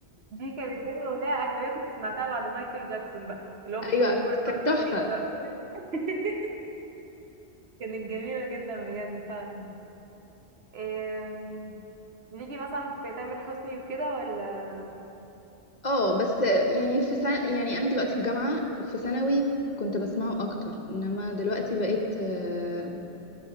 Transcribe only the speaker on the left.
ايوه
كانت
تحفة
اه بس يعني في سنة يعني انا دلوقتي في جامعة في ثانوي كنت بسمعه اكتر انما دلوقتي بقيت آه،